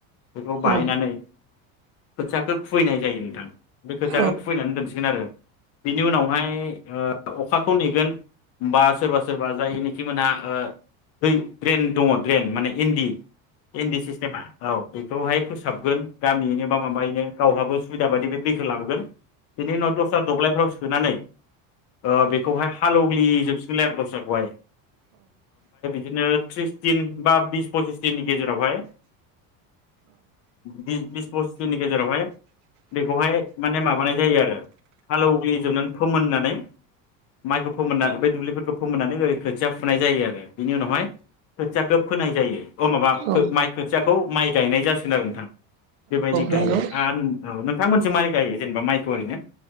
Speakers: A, on the left; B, on the right.
A: बेखौ बानायायनानै
B: औ
A: खोथियाखौ खुबैनाय जायो नोंथां बे खोथियाखौ
B: औ
A: खुबैनानै दोनसिगोन आरो बिनि उनावहाय ओ अखाखौ नेगोन बा सोरबा सोरबा जायनिखि मोनहा ओ बै ड्रेन दङ ड्रेन माने इन्दि इन्दि सिस्टेमा औ बेखौहाय फोसाबगोन गामियैनो बा माबायैनो गावहाबो सुबिदा बायदियै बे दैखौ लाबोगोन बेनि उनाव दस्रा दब्लायफ्राव सोनानै ओ बेखौहाय हालेग्लिजोबसिगोनलाय आरो दस्राखौहाय बिदिनो थ्रिस दिन बा बिस फसिस दिननि गेजेरावहाय बि बिस फस दिननि गेजेरावहाय बेखौहाय माने मा माबानाय जायो आरो हालौवग्लि जोबनानै फोमोननानै माइखौ फोमोनना बे दुब्लिफोरखौ फोमोननानै ओरै खोथिया फुनाय जायो आरो बिनि उनावहाय खोथियाखौ फोनाय जायो। अ माबा
B: औ
A: खो माइ खोथियाखौ माइ गायनाय जासिगोन आरो नोंथां बेबायदि
B: नंगौ
A: गायो आन औ नों नोंथांमोनसिं माइखौ गायो जेनेबा माइखौ ओरैनो